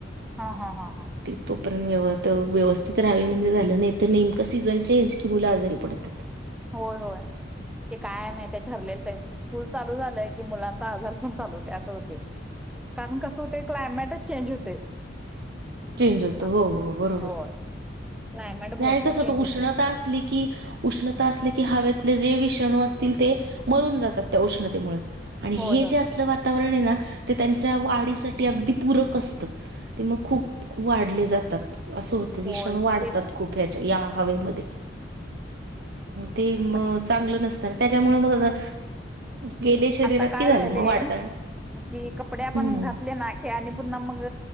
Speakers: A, in the centre; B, on the right.
A: हा हा हा हा.
B: ते तो पर्यंत व्य व्यवस्थित राहावी म्हणजे झालं नाही तर नेमकं सीझन चेंज कि मुलं आजारी पडतात.
A: होय होय. ते काय महित ठरलेच आहे स्कूल चालू झालंय की मुलांचा आजार पण चालू होते असं होते कारण कसं होते क्लायमेटच चेंज होते.
B: चेंज होतो
A: असं
B: हो
A: होते
B: हो बरोबर.
A: होय. क्लायमेट
B: नाही
A: भरपूर
B: आणि कसं होत
A: चेंज
B: उष्णता
A: होते.
B: असली की उष् णता अस की हवेतले जे विषाणू असतील ते मरून जातात त्या उष्णतेमुळे आणि
A: होय
B: हे
A: होय
B: जे असलं वातावरण आहे ना ते त्यांच्या वाढीसाठी अगदी पूरक असत. ते मग खूप वाढले जातात अस होतविषण
A: होय
B: वाढतात
A: मग तेच की
B: खूप ह्याच्या या हवेमध्ये ते म
A: मग
B: चांगलं नस तर त्याच्यामुळे मग असं गेले शरीरात
A: आता काय
B: की झालं
A: व्हाले
B: मग वाढता आणि
A: कि कपडे आपण
B: हम्म
A: घातले ना आणि पुन्हा मग